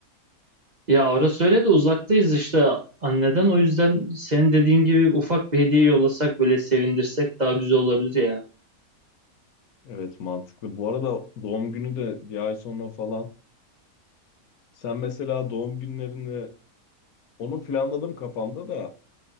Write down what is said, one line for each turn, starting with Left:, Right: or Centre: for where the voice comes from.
Right: Ya orası öyle de uzaktayız işte anneden. O yüzden senin dediğin gibi ufak bir hediye yollasak böyle sevindirsek daha güzel olabilir ya.
Left: Evet mantıklı. Bu arada doğum günü de bir ay sonra falan. Sen mesela doğum günlerini onu planladım kafamda da